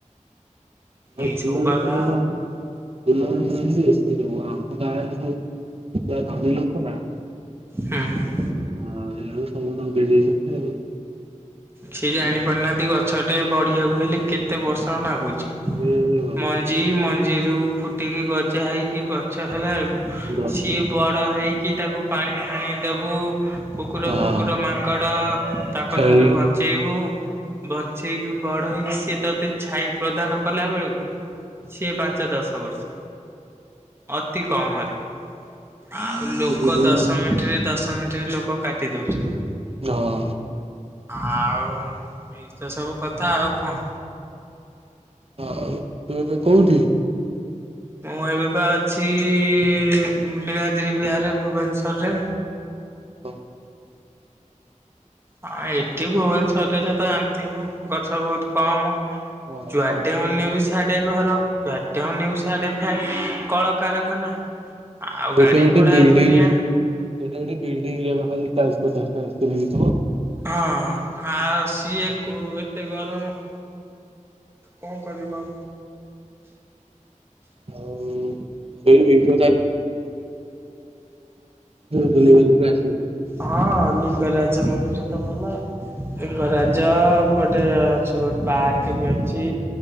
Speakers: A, on the right; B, on the right.
A: ଅଧିକ
B: ଏଇ ସବୁ କଥା
A: ଏସି ନଉନାହାନ୍ତି ବୁଲ ବେଶୀ ଯ ଆମ ଗାଁରେ ସବୁ ଯା ଧନୀ ଲୋକ ନା <unintelligible>
B: ହଁ
A: ହଁ ସେଇ ଯୋଗୁଁ ସମସ୍ତ ଙ୍କୁ ଦେଇ ଦେଇଛନ୍ତି ଆଉ।
B: ସିଏ ଜାଣିପାରୁନାହାନ୍ତି ଗଛ ଟେ ବଢିବାକୁ ହେଲେ କେତେ ବର୍ଷ ନାଗୁଚି।
A: ଏ ବାବା
B: ମଞ୍ଜି ମଞ୍ଜିରୁ ଫୁ ଟିକି ଗଜା ହେଇକି ଗଛ ହେଲା ବେଳକୁ
A: ଗଛ
B: ସିଏ ବଡ଼ ହେଇକି ତାକୁ। ପାଣି ଫାଣି ଦେବୁ କୁକୁର,
A: ହଁ
B: ଫୁକୁର, ମାଙ୍କଡ଼ ତାଙ୍କଠାରୁ
A: ଛେଳି
B: ବ ଚେଇବୁ ବଞ୍ଚେଇକି ବଡ ହେଇକି ସିଏ ତତେ ଛାଇ ପ୍ରଦାନ କଲା ବେଳକୁ। ସିଏ ପାଞ୍ଚ, ଦଶ ବର୍ଷ। ଅତି କମରେ ଆଉ ଲୋକ
A: ବୁଝୁନାହାନ୍ତି
B: ଦଶ ମିଣ୍ଟିରେ ଦଶ ମିଣ୍ଟିରେ ଲୋକ କାଟି ଦଉଛନ୍ତି।
A: ହଁ।
B: ଆଉ ଏଇତ ସବୁ କଥା। ଆଉ କଣ?
A: ଆଉ ତୁ ଏବେ କଉଠି?
B: ମୁଁ ଏବେ ପା ଅଛି ଉଁ ନୀଳାଦ୍ରି ବିହାରରେ ଭୁବନେଶ୍ୱରରେ।
A: ଓହୋ।
B: ଆଁ ଏଠି ଭୁବନେଶ୍ଵରରେ ଯେତ ଜାଣିଥିବୁ ଗଛ ବହୁତ କମ।
A: ହଁ
B: ଯୁଆଡେ
A: ହଁ
B: ଅନେଇବୁ ସିଆଡେ ଘର। ଯୁଆଡେ ଅନେଇବୁ ସିଆଡେ ଫ୍ଲାଟ, କଳକାରଖାନା। ଆଉ
A: ଗୋଟେ
B: ଗାଡି
A: ଗୋଟେ
B: ଘୋଡା
A: ବିଲ୍ଡିଂରେ
B: ଦୁନିଆ।
A: ଗୋଟେ ଗୋଟେ ବିଲ୍ଡିଙ୍ଗରେ ପା ଖାଲି ଚାଳିଶ, ପଚଶା ଟା <unintelligible>
B: ହଁ ଆଉ ସିଏ କୋ ଏତେ ଗରମ। କଣ କରିବୁ ଆଉ?
A: ଆଉ ଇ ସେଇ <unintelligible> ବୁଲି ବୁଲିକି ଆସିବୁ।
B: ହଁ। ଲିଙ୍ଗରାଜ ମନ୍ଦିର ତ ଭଲ। ଲିଙ୍ଗରାଜ ଏପଟେ ଅଛି ଗୋ ପାର୍କ ବି ଅଛି।